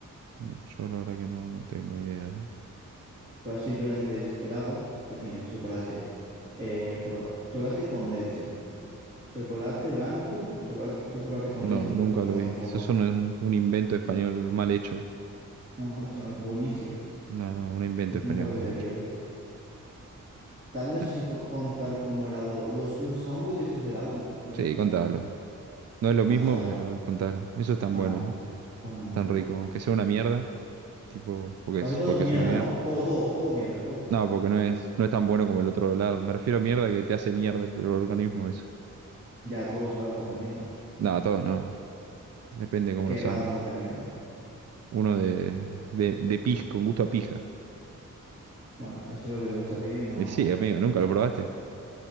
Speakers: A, on the right (about 55°); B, on the right (about 35°).
A: no, yo la verdad que no, no tengo idea ahí.
B: Pero simplemente es helado que tiene chocolate, eh, por- chocolate con leche, chocolate blanco y chocolate, otro chocolate con
A: No,
B: leche, pero
A: nunca
B: como
A: lo
B: de
A: vi.
B: otra forma.
A: Eso es un, un invento español mal hecho.
B: No, mal hecho, no, es buenísimo.
A: No, no, un invento
B: Es,
A: español
B: no es algo que
A: mal
B: te
A: hecho.
B: pierdes. También no
A: Nah,
B: sé si co- contar como helado, los, los sándwiches estos de helado, también.
A: Sí, contalo. No es lo
B: Fast,
A: mismo,
B: está bien.
A: pero contalo. Eso es
B: Está
A: tan bueno,
B: muy
A: ¿eh?
B: top, está muy
A: Tan
B: top.
A: rico. Aunque sea una mierda, tipo, porque
B: Casi
A: es,
B: todo
A: porque
B: es mierda,
A: es una mierda.
B: ¿no? Todo, todo, todo es mierda, todo.
A: No, porque no es, no es tan bueno como el otro lado. Me refiero a mierda que te hace mierda el, el organismo eso.
B: Ya, todos lados te hacen mierda.
A: No, todo no. Depende cómo
B: ¿Qué
A: lo
B: helado
A: hagan.
B: no te hace mierda?
A: Uno de, de, de pis, con gusto a pija.
B: Bueno, eso es lo que te gusta a ti, no.
A: Y sí, amigo, nunca lo probaste.